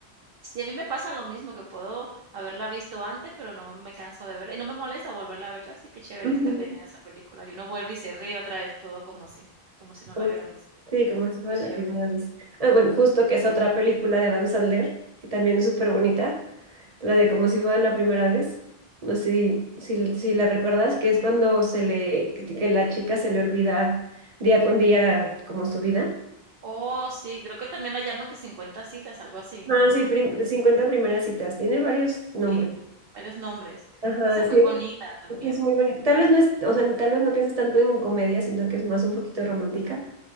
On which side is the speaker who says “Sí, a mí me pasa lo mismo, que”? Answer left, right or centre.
Right